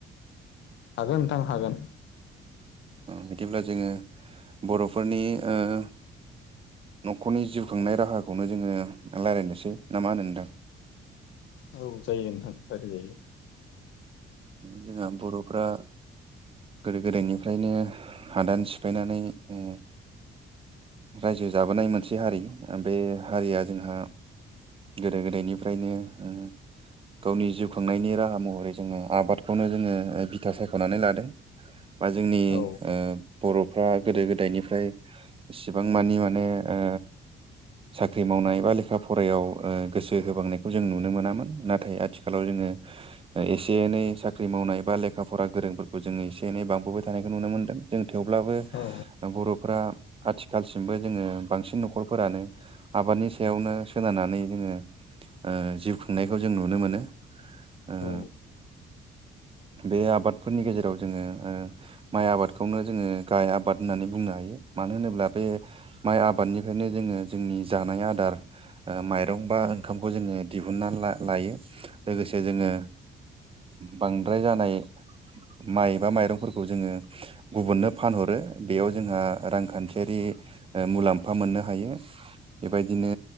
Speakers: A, on the left (about 70°); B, on the right (about 30°).
A: हागोन नोंथां हागोन।
B: ओम बिदिब्ला जोङो बर'फोरनि ओ- न'खरनि जिउ खांनाय राहाखौनो जोङो रायजलायनोसै ना मा होनो नोंथां?
A: औ जायो नोंथां रायज्लाय जायो।
B: जोंहा बर'फ्रा गोदो गोदायनिफ्रायनो हादान सिफायनानै उम। रायजो जाबोनाय मोनसे हारि ओ-बे हारिया जोंहा गोदो गोदायनिफ्रायनो ओ गावनि जिउ खांनायनि राहा महरै जोङो आबादखौनो जोङो बिथा सायख'नानै लादों बा जोंनि
A: औ
B: ओ बर'फ्रा गोदो गोदायनिफ्राय एसेबां मानि माने ओ साख्रि मावनाय बा लेखा फरायाव ओ गोसो होबांनायखौ जों नुनो मोनामोन नाथाय आथिखालाव जोङो ओ एसे एनै साख्रि मावनाय बा लेखा फरा गोरोंफोरखौ जोङो एसे एनै बांबोबाय थानायखौ नुनो मोन्दों जों थेवब्लाबो
A: औ
B: बर'फ्रा आथिखालसिमबो जोङो बांसिन न'खरफोरानो आबादनि सायावनो सोनारनानै जोङो ओ जिउ खुंनायखौ जों नुनो मोनो ओ
A: औ
B: बे आबादफोरनि गेजेराव जोङो ओ- माइ आबादखौनो जोङो गाय आबाद होननानै बुंनो हायो मानो होनोब्ला बे। माइ आबादनिफ्रायनो जोङो जोंनि जानाय आदार। माइरं बा ओंखामखौ जोङो दिहुनन्ना ला-लायो लोगोसे जोङो। बांद्राय जानाय माइबा माइरंफोरखौ जोङो। गुबुननो फानहरो बेयाव जोंहा रांखान्थियारि। ओ-मुलाम्फा मोननो हायो। बेबायदिनो